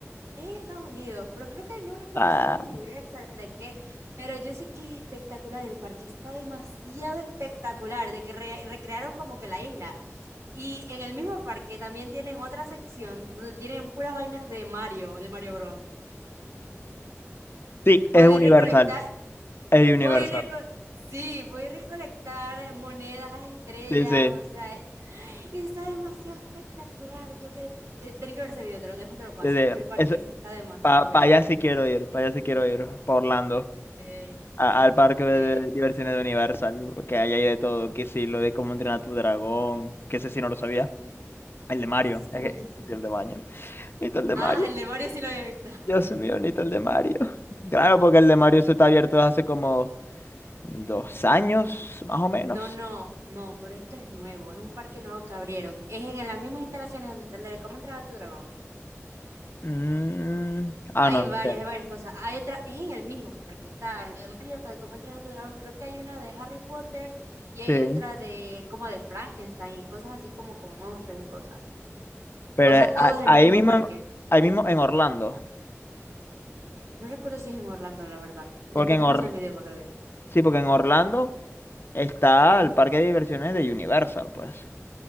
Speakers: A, on the right; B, on the left.
A: en Estados Unidos, pero creo que no recuerdo
B: Ah,
A: si es de Universal, de qué, pero yo sé que es espectacular el parque, está demasiado espectacular, de que re- recrearon como que la isla. Y en el mismo parque también tienen otra sección donde tienen puras vainas de Mario, de Mario Bros.
B: sí,
A: Puedo
B: es Universal,
A: ir recolectar,
B: es Universal.
A: puedo ir reco- sí, puedo ir recolectar monedas, estrellas,
B: Sí, sí,
A: o sea, y está demasiado espectacular. Yo que, te- tenés que ver ese video, te lo- después te lo paso,
B: sí, sí.
A: es que el parque
B: Eso,
A: ese está demasiado
B: para
A: bello.
B: allá sí quiero ir, para allá sí quiero ir, para Orlando,
A: Sí,
B: a- al parque de,
A: sí.
B: de diversiones de Universal, que ahí hay de todo, que sí, lo de cómo entrenar a tu dragón, que ese sí no lo sabía.
A: Sí,
B: El de Mario,
A: sí está
B: <laughs> es
A: bellísimo.
B: que, necesito el de Mario, necesito el de
A: Ah,
B: Mario,
A: el de Mario sí lo había visto. <laughs>
B: Dios mío, necesito el de Mario. Claro, porque el de Mario se está abierto hace como dos años, más o menos.
A: No, no, no, pero esto es nuevo, es un parque nuevo que abrieron. Es en las mismas instalaciones donde está el de Cómo entrenar a tu dragón.
B: Mm, ah,
A: Hay
B: no,
A: varias,
B: no sé.
A: hay varias cosas. Hay otra, es en el mismo parque, está lo de Mario, lo de Cómo entrenar a tu dragón. Creo que hay una de Harry Potter y
B: Sí.
A: hay otra de como de Frankenstein y cosas así como con monstruos y cosas.
B: Pero
A: O sea,
B: eh,
A: todo
B: a-
A: es el
B: ahí
A: mismo
B: mismo,
A: parque.
B: ahí mismo en Orlando.
A: No recuerdo si es en Orlando, la verdad. Después
B: Porque en
A: te
B: Or-
A: paso el video para que lo veas.
B: sí, porque en Orlando está el parque de diversiones de Universal, pues.